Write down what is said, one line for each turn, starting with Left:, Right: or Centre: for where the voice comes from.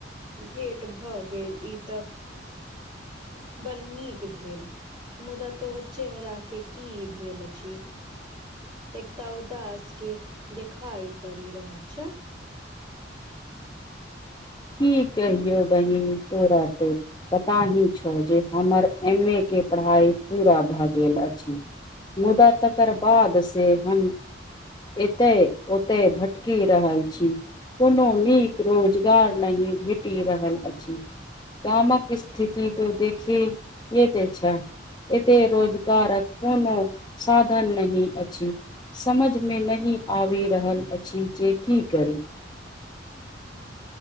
Right: भेट भ गेल, ई त बड़ नीक भेल, मुदा तोहर चेहराके की भेल अछी? एकटा उदास के देखा परि रहल छै।
Left: की कहिअ बहिन तोरा त पता ही छौ, जे हमर एम ए के पढ़ाइ पूरा भए गेल अछी। मुदा तकर बाद से हम एत- ओत भटकी रहल छी, कोनो नीक रोजगार नहीं भेटी रहल अछी। गामक स्थिति त देखिए त छं। एत रोजगारक कोनो साधन नहीं अछी। समझमे नहीं आबी रहल अछि जे की करी।